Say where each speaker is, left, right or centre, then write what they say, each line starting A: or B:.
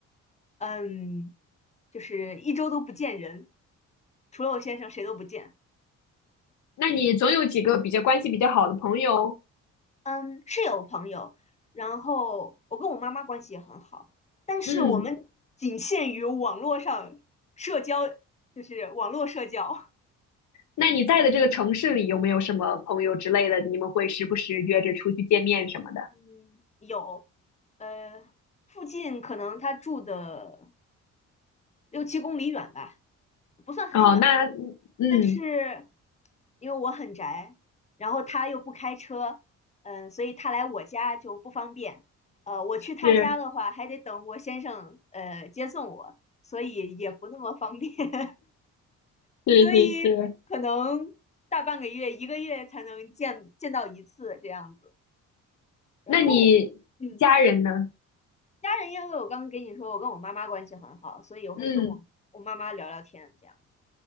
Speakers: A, on the left (about 20°); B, on the left (about 70°).
A: 嗯，就是一周都不见人，除了我先生谁都不见。
B: 那你总有几个比较关系比较好的朋友，
A: 嗯，是有朋友，然后我跟我妈妈关系也很好，但是我们仅限于网络上社交，
B: 嗯。
A: 就是网络社交。
B: 那你在的这个城市里有没有什么朋友之类的？你们会时不时约着出去见面什么的？
A: 嗯，有，呃，附近可能他住的六七公里远吧，不算很远，
B: 哦，那嗯，嗯
A: 但是因为我很宅，然后他又不开车，嗯，所以他来我家就不方便。呃，我去他家的话，
B: 是
A: 还得等我先生呃接送我，所以也不那么方便，<laughs>
B: 是是是，
A: 所以可能大半个月、一个月才能见见到一次这样子。然后，
B: 那你家人呢？
A: 嗯，家人因为我刚刚跟你说，我跟我妈妈关系很好，所以我会跟我我妈妈聊聊天这样子，
B: 嗯，